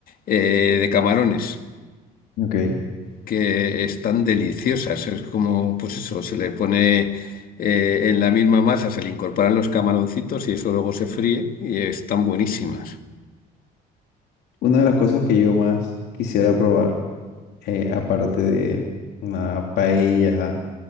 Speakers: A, on the left; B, on the left.
A: eh, de camarones
B: Ok.
A: que están deliciosas. Es como, pues eso, se le pone eh, en la misma masa, se le incorporan los camaroncitos y eso luego se fríe y están buenísimas.
B: Una de las cosas que yo más quisiera probar. eh, aparte de una paella